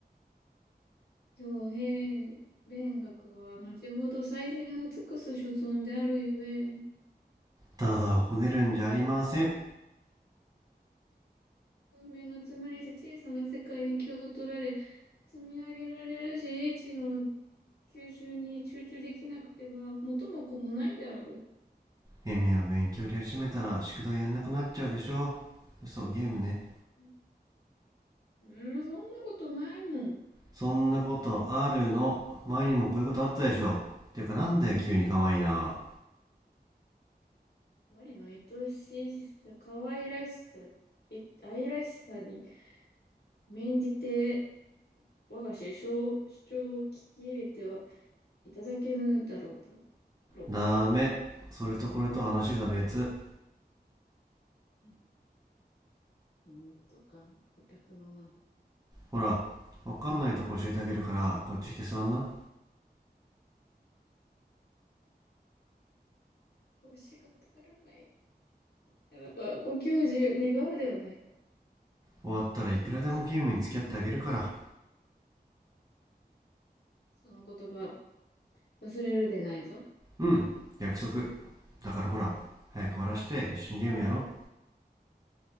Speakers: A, on the left; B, on the right.
A: 強兵、勉学は後ほど最善を尽くす所存であるゆえ、
B: ただをこねるんじゃありません
A: 文明のつまりし小さな世界に気を取られ、積み上げられるし、英知の吸収に集中できなくては、元も子もないであろ
B: エミは勉強やり始めたら宿題やんなくなっちゃうでしょ嘘ゲームね
A: う。うん、そんなことないもん。
B: そんなことあるの前にもこういうことあったでしょていうかなんだよ急に可愛いな
A: 我の愛しさ、可愛らしさ、い愛らしさに免じて、我が主張、主張を聞き入れてはいただけぬだろうだろうか。
B: ダメそれとこれと話が別
A: うんなんとか、私くのなん、
B: ほらわかんないとこ教えてあげるからこっち来て座んな
A: こうしがたからない。やっぱ、ご教授願うではないか。
B: 終わったらいくらでもゲームに付き合ってあげるから
A: 致し方。その言葉、忘れるでないぞ。
B: うん約束だからほら早く終わらして一緒にゲームやろ